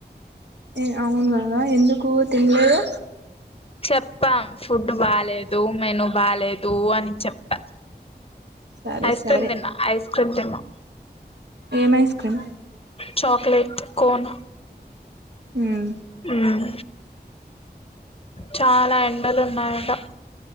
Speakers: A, on the right; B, on the left.
A: ఏ అవును ఎందుకు తినలేదు
B: చెప్పాం ఫుడ్ బాలేదు మెను బాలేద్ తూ అని చెప్ప
A: సరే
B: ఐస్
A: సరే
B: క్రీమ్ తిన్నా ఐస్ క్రిం తిన్నా
A: ఏం ఐస్క్రీమ్
B: చాక్లేట్ కోన్
A: హ్మ్
B: హ్మ్ చాలా ఎండలున్నాయంట.